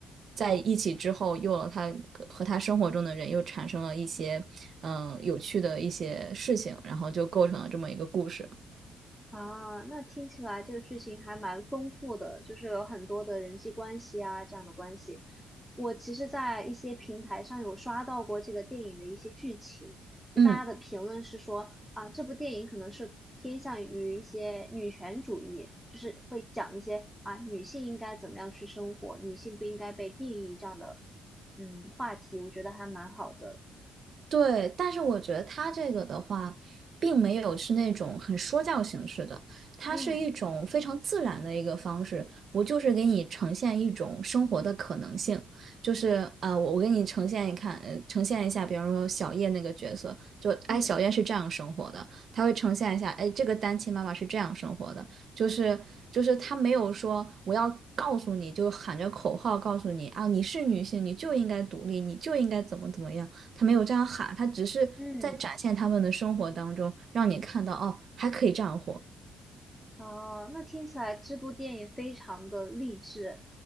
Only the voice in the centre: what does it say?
啊，那听起来这个剧情还蛮丰富的，就是有很多的人际关系啊这样的关系。我其实，在一些平台上有刷到过这个电影的一些剧情，就大家的评论是说啊，
这部电影可能是偏向于一些女权主义，就是会讲一些啊女性应该怎么样去生活，女性不应该被定义这样的嗯话题，我觉得还蛮好的。
嗯
嗯
嗯。
哦，那听起来这部电影非常的励志，